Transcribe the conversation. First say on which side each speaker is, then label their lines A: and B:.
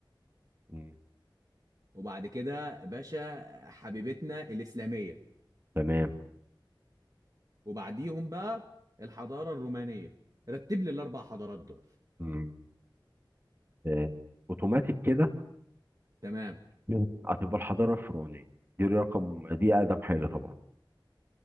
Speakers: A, on the right; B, on the right.
A: مم.
B: وبعد كده باشا حبيبتنا الإسلامية
A: تمام
B: وبعديهم بقى الحضارة الرومانية رتب لي الاربع حضارات دول
A: مم. آه، اوتوماتيك كده
B: تمام
A: مم. هتبقى الحضاره الفرعونيه دي رقم دي اقدم حاجه طبعا